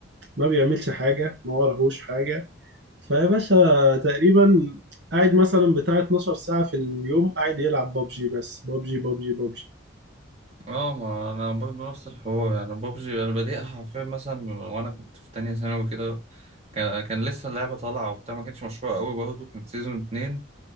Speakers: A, on the right; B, on the right.
A: ما بيعملش حاجه ما ورهوش حاجه فيا باشا تقريبا قاعد مثلا بتاع 12 ساعه في اليوم قاعد يلعب بابجي بس بابجي بابجي بابجي
B: اه ما انا برضه نفس الحوار يعني بابجي انا بديتها حرفيا مثلا من- وانا كنت في تانية ثانوي كده كان كان لسه اللعبة طالعة وبتاع ما كانتش مشهورة قوي برضه كانت سيزون اتنين